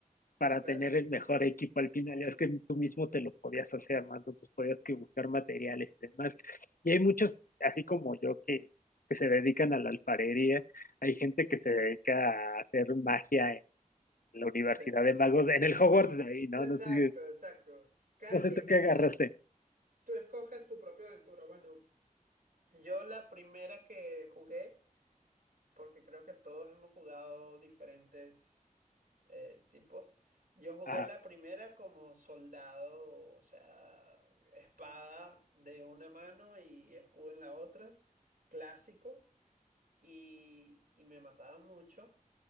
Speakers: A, on the left (about 80°); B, on the right (about 75°).
A: para
B: claro,
A: tener el mejor equipo al final. Es que tú mismo te lo podías hacer, ¿no? Entonces podías que buscar materiales y demás. Y hay muchos, así como yo, que, que se dedican a la alfarería. Hay gente que se dedica a hacer magia en la Universidad
B: sí,
A: de Magos, en el Hogwarts ahí, ¿no?
B: exacto,
A: No sé, si,
B: exacto. Cada
A: no sé
B: quien,
A: tú qué
B: es-
A: agarraste.
B: tú escoges tu propia aventura. Bueno, yo la primera que jugué porque creo que todos hemos jugado diferentes eh, tipos. Yo jugué
A: Ajá,
B: la primera como soldado, o sea, espada de una mano y escudo en la otra, clásico, y, y me mataban mucho.